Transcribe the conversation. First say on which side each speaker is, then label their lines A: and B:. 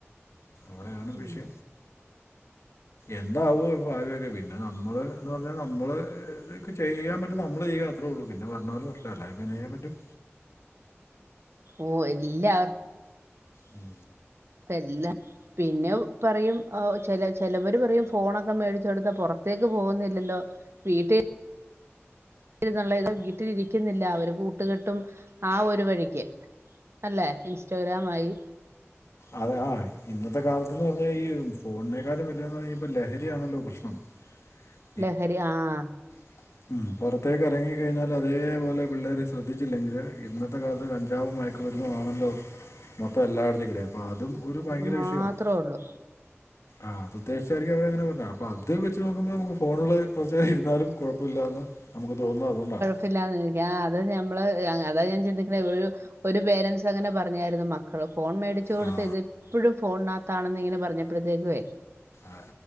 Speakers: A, on the left; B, on the right.
A: അവിടെയാണ്
B: ഉം
A: വിഷയം എന്താവോ ഭാവിയൊക്കെ പി പിന്ന നമ്മള് എന്ന് പറഞ്ഞാ നമ്മള് ചെയ്യാൻ പറ്റുന്ന നമ്മള് ചെയ്യുക അത്രേ ഉള്ളൂ പിന്നെ വരണ പോലെ അല്ലായിപ്പോ എന്നാ ചെയ്യാൻ പറ്റും
B: ഓഹ് എല്ലാവർ
A: ഉം
B: എല്ലാ പിന്നെ പറയും ചില ചിലവർ പറയും ഫോണൊക്കെ മേടിച്ചെ കൊടുത്താൽ പുറത്തേക്ക് പോകുന്നില്ലല്ലോ വീട്ടിൽ <unintelligible> വീട്ടിലിരിക്കുന്നില്ല അവര് കൂട്ടുകെട്ടും ആ ഒരു വഴിക്ക് അല്ലെ ഇൻസ്റ്റഗ്രാം ആയി
A: അതെ ആഹ് ഇന്നത്തെ കാലത്ത്ന്ന് പവ ഞ്ഞാ ഈ ഫോണിനേക്കാും വല്ലന്ന് പറഞ്ഞ ഇപ്പോൾ ലഹരിയാണല്ലോ പ്രശ്നം <inaudible>
B: ലഹരി ആഹ്
A: <inaudible> ഉം പൊറത്തേക്കെറങ്ങി കഴിഞ്ഞാൽ അതേപോലെ പിള്ളേരെ ശ്രദ്ധിച്ചില്ലെങ്കില് ഇന്നത്തെ കാലത്ത് കഞ്ചാവും മയ ക്ക്‌ മരുന്നും ആണല്ലോ മൊത്തം എല്ലായിടത്തേക്കിടെ അപ്പൊ അതും ഒരു ഭയങ്കര
B: അത് മാത്രേ
A: വിഷയമാണ്
B: ഉള്ളൂ
A: ആഹ് അത് ഉദ്ദേശിച്ചായിരിക്കും അവരങ്ങനെ പറഞ്ഞ അപ്പൊ അത് വെച്ച് നോക്കുമ്പം നമുക്ക് ഫോൺല് കൊർച്ചേരം ഇര്ന്നാലും കൊഴപ്പല്ലാന്ന് നമുക്ക് തോന്നുന്നത് അത് കൊണ്ടാണ്
B: <unintelligible> അത് ഞമ്മള് അതാ ഞാൻ ചിന്തിക്ക്ണെ ഒരു ഒരു പേരൻറ്സ് അങ്ങനെ പറഞ്ഞായിരുന്നു മ ക്കള് ഫോൺ മേടിച്ചു കൊടുത്ത
A: ആ
B: ഇത് എപ്പഴും ഫോൺനാത്താണെന്ന് ഇങ്ങനെ പറഞ്ഞപ്പൊഴത്തേക്കുവേ
A: ആ